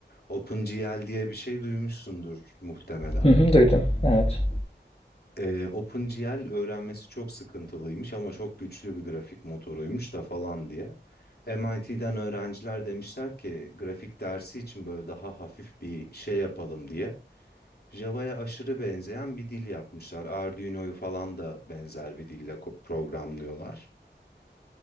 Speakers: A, on the left; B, on the left.
A: OpenGL diye bir şey duymuşsundur muhtemelen.
B: Hı hı, duydum. Evet.
A: Ee, OpenGL öğrenmesi çok sıkıntılıymış ama çok güçlü bir grafik motoruymuş da falan diye. MIT'den öğrenciler demişler ki grafik dersi için böyle daha hafif bir şey yapalım diye. Java'ya aşırı benzeyen bir dil yapmışlar. Arduino'yu falan da benzer bir dille ko- programlıyorlar.